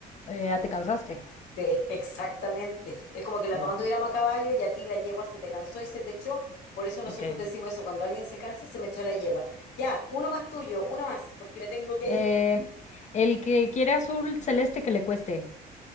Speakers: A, on the left; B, on the left.
A: ya te cansaste.
B: Sí, <laughs> exactamente. Es como que las
A: No.
B: dos anduviéramos a caballo y a ti la yegua se te cansó y se te echó. Por eso nosotros
A: Ok.
B: decimos eso, cuando alguien se cansa, se me echó la yegua. Ya, uno más tuyo, uno más, porque me tengo que
A: Eh,
B: ir.
A: el que quiere azul celeste que le cueste.